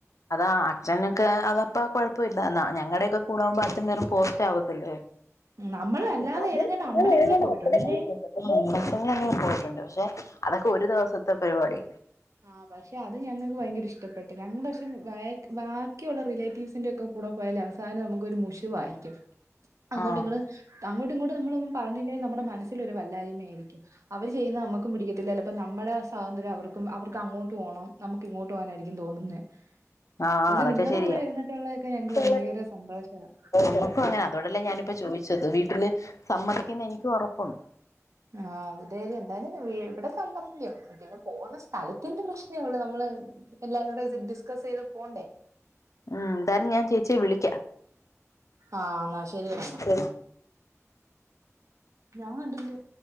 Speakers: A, on the left (about 70°); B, on the right (about 70°).
A: അതാ അച്ഛന്ക്ക് അതപ്പ കൊഴപ്പവില്ലാ എന്നാ ഞങ്ങടെയൊക്കെ കൂടാവുമ്പോ അച്ഛനൊരു പോസ്റ്റാവത്തില്ലേ
B: നമ്മള്
A: ന്നാപ്പത്തേഴ്ലക്ഷത്തേന്
B: അല്ലാതെ ഏതെങ്ങാണ്ട് അമ്പലങ്ങളിൽ പോയിട്ടുണ്ടല്ലേ
A: <unintelligible> പത്ത്ലക്ഷം കിട്ടുട്ടോ <unintelligible> ഞങ്ങള് പോയിട്ടുണ്ട് പക്ഷെ അതൊക്കെ ഒരു ദിവസത്തെ പരിപാടി
B: ആഹ് പക്ഷെ അത് ഞങ്ങക്ക് ഭയങ്കര ഇഷ്ടപ്പെ ട്ട്, രണ്ട്സം വേക്ക് ബാക്കിയുള്ള റിലേറ്റിവ്സ്ന്റെ കൂടെ പോയല് അവസാനം നമുക്കൊര് മുഷിവായിരിക്കും അങ്ങോട്ട്
A: ആഹ്
B: ഇങ്ങട് അങ്ങോട്ടും ഇങ്ങോട്ടും നമ്മളൊന്നും പറഞ്ഞില്ലേ നമ്മുടെ മനസ്സിലൊരു വല്ലായ്മ ആയിരിക്കും അവര് ചെയ്യുന്നെ നമ്മക്കും പിടിക്കത്തില്ല ചെലപ്പം നമ്മളേ സ്വാതന്ത്ര്യം അവർ ക്കും, അവർക്ക് അങ്ങോട്ട് പോണം നമുക്ക് ഇങ്ങോട്ട് പോവാനായിരിക്കും തോന്നുന്നേ
A: ആഹ് ആഹ്
B: പക്ഷെ
A: അതൊക്കെ
B: നിങ്ങളുടെ
A: ശെരിയാ,
B: കൂടെ ഇരുന്നിട്ടുള്ളതൊക്കെ ഞങ്ങക്ക്
A: <unintelligible>
B: ഭയങ്കര സന്തോഷമാണ്
A: നമുക്കും അങ്ങനാ അതോണ്ടല്ലേ ഞാന്പ്പോ ചോയ് ച്ചത്, വീട്ടില് സമ്മതിക്കുംന്ന് എനിക്ക് ഒറപ്പുണ്ട്
B: ആഹ് ഔധാര്യം എന്തായാലും വീ ഇബടെ സംബന്ധില്ല അതിറ്റങ്ങള് പോണ സ്ഥലത്തിന്റെ പ്രശ്നേ ഒള്ളൂ നമ്മള് എല്ലാരൂടെ ഡി ഡിസ്കസെയ്ത് പോണ്ടേ
A: ആഹ് എന്താലും ഞാൻ ചേച്ചിയേ വിളിക്കാ
B: ആഹ് ഇന്നാ ശെരിയടാ ഇന്നാ.
A: ശരി
B: ഞാൻ കണ്ടില്ല